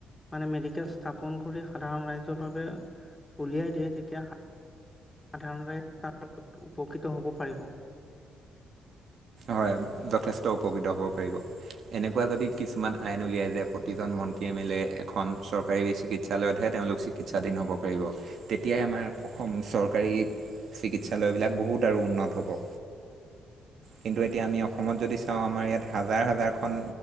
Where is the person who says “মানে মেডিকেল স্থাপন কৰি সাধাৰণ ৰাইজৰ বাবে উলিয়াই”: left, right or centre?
Left